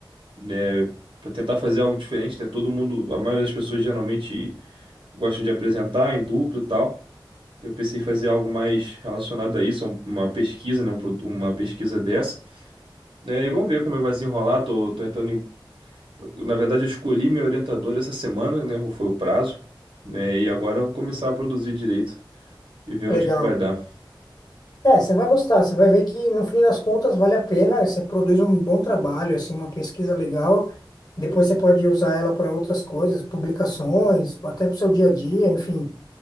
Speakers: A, on the right; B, on the left.
A: né? Para tentar fazer algo diferente, né? Todo mundo, a maioria das pessoas geralmente gostam de apresentar em duplo e tal. Eu pensei em fazer algo mais relacionado a isso, um- uma pesquisa, né? um pro- Uma pesquisa dessa. né? e vamos ver como é que vai se enrolar. Tô, tô entrando em Na verdade, eu escolhi meu orientador essa semana, né? Foi o prazo, né? E agora eu vou começar a produzir direito e ver
B: Legal.
A: onde que vai dar.
B: É, você vai gostar, você vai ver que no fim das contas vale a pena, você produz um bom trabalho, assim, uma pesquisa legal. Depois você pode usar ela para outras coisas, publicações, até para o seu dia a dia, enfim.